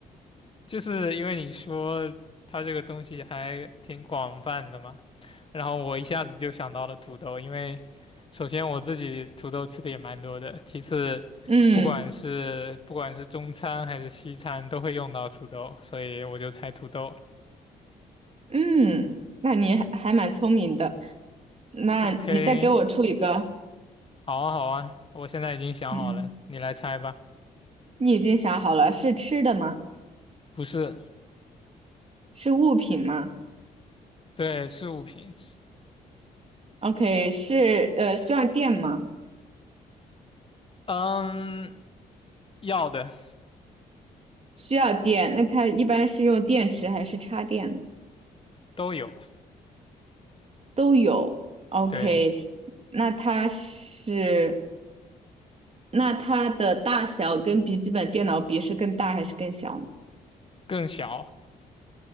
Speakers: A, on the left; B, on the right.
A: 就是因为你说它这个东西还挺广泛的嘛，然后我一下子就想到了土豆，因为首先我自己土豆吃的也蛮多的，其次不管是不管是中餐还是西餐都会用到土豆，
B: 嗯
A: 所以我就猜土豆。
B: 嗯，那你还还蛮聪明的，那你再给我出一个，
A: OK，好啊好啊，我现在已经想好了，
B: 嗯，
A: 你来猜吧。
B: 你已经想好了，是吃的吗？
A: 不是，
B: 是物品吗
A: 对，是物品，
B: ？OK，是呃需要电吗？
A: 嗯，要的
B: 需要电，那它一般是用电池还是插电呢？
A: 都有，
B: 都有。OK，
A: 对，
B: 那它是，那它的大小跟笔记本电脑比是更大还是更小呢
A: 更小。